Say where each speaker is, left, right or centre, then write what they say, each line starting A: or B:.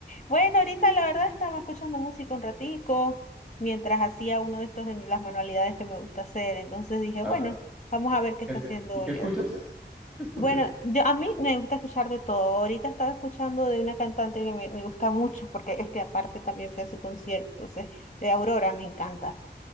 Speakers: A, on the left; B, in the centre.
A: Bueno, ahorita la verdad estaba escuchando música un ratico mientras hacía uno de estos de mis- las manualidades que me gusta hacer, entonces dije,
B: Ah,
A: bueno, vamos a ver qué
B: ¿qué-
A: está haciendo
B: ¿Y qué
A: Leo.
B: escuchas? ¿Qué escuchas?
A: Bueno, yo, a mí me gusta escuchar de todo. Ahorita estaba escuchando de una cantante que me, me gusta mucho porque es que aparte también fue a su concierto, entonces, de Aurora me encanta.